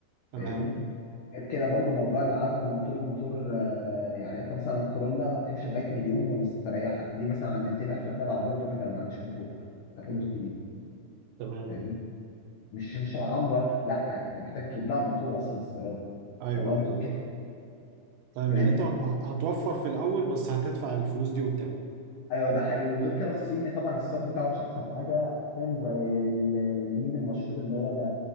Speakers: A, on the right; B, on the left.
A: تمام
B: فاهمني غير كده برضو موضوع العزم الموتور الموتور آه، يعني انت مثلا الكورولا تمشي لغاية مليون ومستريحة دي مثلا عند 200000 هتلاقي العربية بتقول لك انا ما عنديش موتور هات لي
A: مم.
B: موتور جديد
A: تمام
B: فاهمني مش مش العمرة لا انت محتاج تجيب لها موتور اصلا استيراد
A: أيوه
B: لا موتور
A: أيوه
B: كده
A: تمام تمام
B: فاهمني
A: يعني أنت هتوفر في الأول بس هتدفع الفلوس دي قدام
B: ايوه ده حقيقي وغير كده الصيني طبعا الصاج بتاعه مش احسن حاجه فاهم ب- ال- الميم المشهور اللي هو ده